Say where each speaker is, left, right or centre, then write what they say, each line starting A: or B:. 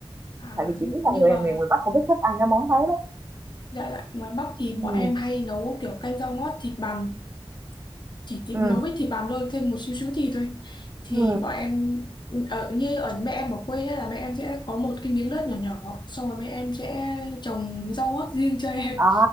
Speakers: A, on the left (about 50°); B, on the right (about 25°).
A: à,
B: tại vì chị biết là
A: nhưng
B: người
A: mà
B: miền miền Bắc cũng rất thích ăn cái món đấy đấy
A: Dạ dạ, ngoài Bắc thì bọn
B: ừ
A: em hay nấu kiểu canh rau ngót thịt bằm, chỉ thịt,
B: ừ
A: nấu với thịt bằm thôi, thêm một xíu xíu thịt thôi. Thì
B: ừ
A: bọn em ở như ở mẹ em ở quê ấy, là mẹ em sẽ có một cái miếng đất nhỏ nhỏ, xong rồi mẹ em sẽ trồng rau ngót riêng cho em.
B: à